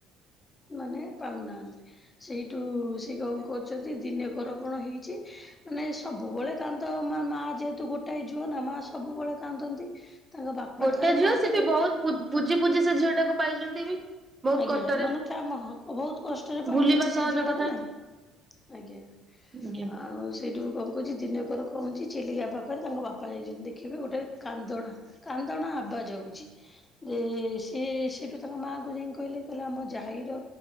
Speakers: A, on the left; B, on the right.
A: ମାନେ ପାଉନାହାନ୍ତି। ସେଇଠୁ ସେ କଣ କରୁଛନ୍ତି ଦିନେକର କଣ ହେଇଛି ମାନେ ସବୁବେଳେ କାନ୍ଦ ମା ମା ଯେହେତୁ ଗୋଟାଏ ଝୁଅ ନା ମା ସବୁବେଳେ କାନ୍ଦନ୍ତି। ତାଙ୍କ ବାପା
B: ଗୋଟେ
A: ଥରେ
B: ଝିଅ
A: କଣ
B: ସେ
A: କଲେ
B: ବି ବହୁତ ପୁ ପୁଜି ପୁଜି ସେ ଝିଅ ଟାକୁ ପାଇଛନ୍ତି ବି ବହୁତ
A: ଆଜ୍ଞା
B: କଷ୍ଟରେ।
A: <unintelligible> ବହୁତ କଷ୍ଟରେ ପାଇଛନ୍ତି
B: ଭୁଲିବା
A: ସେ
B: ସହଜ
A: ଝିଅ ଟା
B: କଥା
A: କା କୁ ନା ଆଜ୍ଞା।
B: ଆଜ୍ଞା
A: ଆଉ ସେଇଠୁ କଣ କହୁଛି ଦିନକର କହୁଛି ଚିଲିକା ପାଖରେ ତାଙ୍କ ବାପା ଯାଇଛନ୍ତି ଦେଖିବେ ଗୋଟେ କାନ୍ଦଣା କାନ୍ଦଣା ଆବାଜ ହେଉଛି। ଯେ ସେ ସେଠୁ ତାଙ୍କ ମାଆ କୁ ଯାଇ କହିଲେ କହିଲେ ଆମ ଯା ଇର